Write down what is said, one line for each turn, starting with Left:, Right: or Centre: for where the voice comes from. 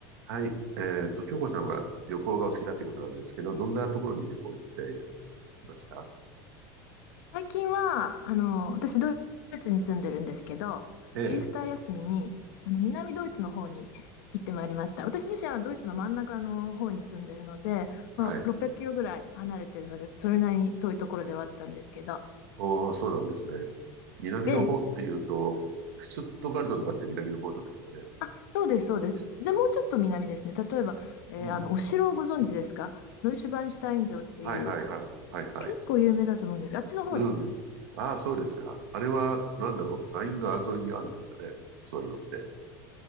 Right: はい。えーっと、京子さんは旅行がお好きだということなんですけど、どんなところに旅行行っていますか
Left: 最近は、あの、私、ドイツに住んでるんですけど、
Right: ええ、
Left: イースター休みに、あの、南ドイツの方に行ってまいりました。私自身はドイツの真ん中の方に住んでるので、
Right: はい。
Left: まあ、600キロぐらい離れてるので、それなりに遠いところではあったんですけど。
Right: おー、そうなんですね。南の方っていうと、
Left: で、
Right: シュツットガルトとかって南の方なんですかね。
Left: あ、そうです、そうです。
Right: 僕の知ってる感じだと。
Left: で、もうちょっと南ですね。例えば、えーあの、
Right: うん。
Left: お城をご存知ですかノイシュバンシュタイン城っていう、
Right: はいはいはい。はいはい。
Left: 結構有名だと思うんですが、あっちの方です。
Right: うん。ああ、そうですか。あれは、なんだろう。ライン川沿いにあるんですかね。そういうのって。